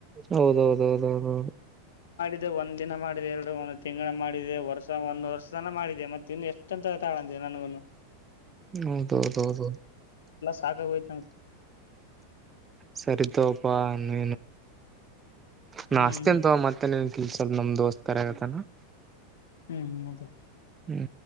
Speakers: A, on the right; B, on the left.
A: ಹೌದೌದ ಹೌದೌದೌದು
B: ಇ ಒಂದ್ ದಿನ ಮಾಡಿದೆ ಎರಡು ಒಂದು ತಿಂಗಳು ಮಾಡಿದೆ ವರ್ಷ ಒಂದು ವರ್ಷ ತನ ಮಾಡಿದೆ ಮತ್ತೆ ಇನ್ನು ಎಷ್ಟ ಅಂತ ತಾಳಂದೆ ನನಗನ್ನು
A: ಹೌದೌದ ಹೌದುದು
B: ಸಾಕಾಗವತ್ತು ಅದು ಹೋಯಿತು
A: ಸರಿ ತಪ್ಪೇನು ನಾ
B: ಹ್ಮ್
A: ಅಷ್ಟತಂತ ಮತ್ತೆ ನೀನ್ ಸ ನಮದೋಸ್ತ ಕರೆತ ನ
B: ಹ್ಮ್ ಅದೇ
A: ಹ್ಮ್